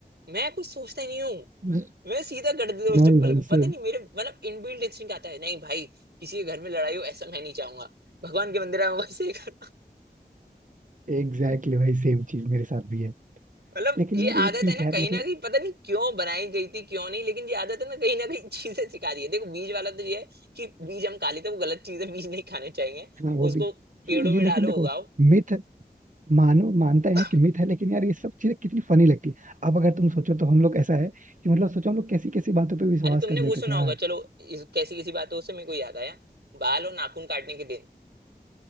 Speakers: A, on the right (about 85°); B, on the right (about 50°).
A: मैं कुछ सोचता ही नहीं हूँ
B: मैं
A: मैं सीधा कर देता हूँ उस
B: मैं
A: चप्पल
B: भी भाई
A: को पता
B: सेम
A: नहीं मेरे मतलब इनबिल्ट इंस्टिंक्ट आता है नहीं भाई किसी के घर में लड़ाई हो ऐसा मैं नहीं चाहूंगा भगवान के मंदिर में वैसे ही कर
B: एग्जैक्टली भाई सेम चीज मेरे साथ भी है
A: <laughs> मतलब
B: लेकिन
A: ये
B: यार ये
A: आदत
B: ठीक
A: है ना
B: है
A: कहीं
B: मतलब
A: ना कहीं पता नहीं क्यों बनाई गई थी क्यों नहीं लेकिन ये आदत है ना कहीं ना कहीं चीजें सिखा रही है देखो बीज वाला तो ये है कि बीज हम खा लेते हैं वो गलत चीजें बीज नहीं खाने चाहिए
B: हाँ वो
A: उसको
B: भी
A: पेड़ों
B: ये ये
A: में
B: लेकिन
A: डालो
B: देखो
A: उगाओ
B: मिथ मानो मानते
A: <clears throat>
B: हैं कि मिथ है लेकिन यार ये सब चीजें कितनी फनी लगती है अब अगर तुम सोचो तो हम लोग ऐसा है कि मतलब सोचो हम लोग कैसी कैसी बातों पे विश्वास
A: अरे तुमने
B: कर लेते
A: वो सुना
B: थे यार
A: होगा चलो इस, कैसी कैसी बात है उससे मेरे को याद आया बाल और नाखून काटने के दिन